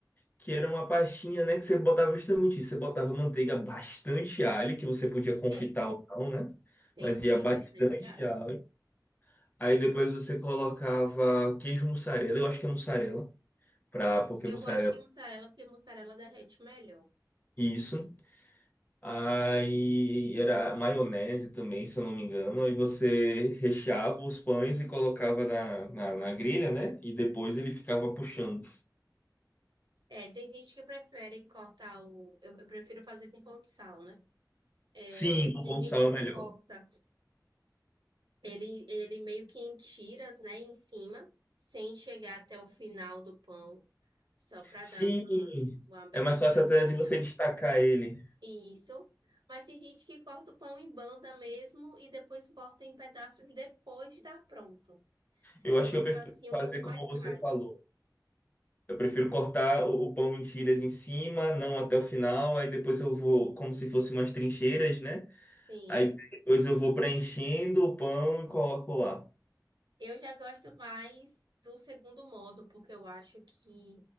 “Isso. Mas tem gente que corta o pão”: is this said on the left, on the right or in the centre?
Right